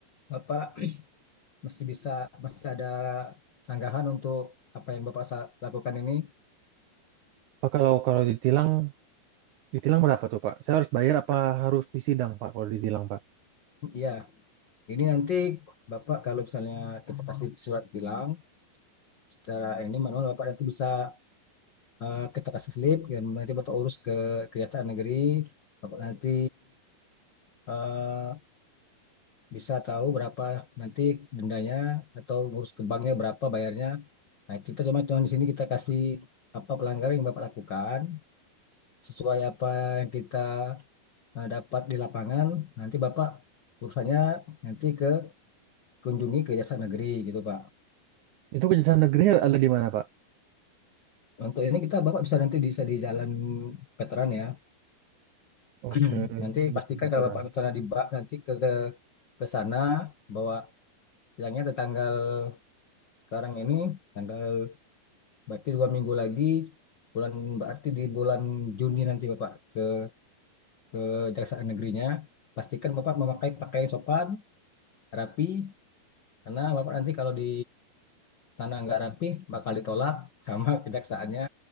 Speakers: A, on the left; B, on the right.
A: Bapak <clears throat> masih bisa masih ada sanggahan untuk apa yang Bapak sa- lakukan ini.
B: Pak kalau kalau ditilang Ditilang berapa tuh, Pak? Saya harus bayar apa harus disidang, Pak, kalau ditilang, Pak?
A: Iya. Ini nanti Bapak kalau misalnya kita kasih surat tilang secara ini manual Bapak nanti bisa eh, kita kasih slip dan nanti Bapak urus ke Kejaksaan Negeri. Bapak nanti eh, bisa tahu berapa nanti dendanya atau urus ke banknya berapa bayarnya. Nah, kita cuma cuma di sini kita kasih apa pelanggaran yang Bapak lakukan sesuai apa yang kita eh, dapat di lapangan. Nanti Bapak urusannya nanti ke kunjungi ke Kejaksaan Negeri gitu Pak.
B: Itu kejaksaan negerinya ada di mana, Pak?
A: Untuk ini kita Bapak bisa nanti bisa di Jalan Veteran ya.
B: Oke,
A: <clears throat>
B: kejaksaan
A: Nanti pastikan
B: veteran.
A: kalau Bapak ke sana di bak nanti ke ke ke sana bawa bilangnya ada tanggal sekarang ini tanggal berarti dua minggu lagi bulan berarti di bulan Juni nanti Bapak ke ke Kejaksaan Negerinya pastikan Bapak memakai pakaian sopan rapi karena Bapak nanti kalau di sana nggak rapi bakal ditolak sama <laughs> kejaksaannya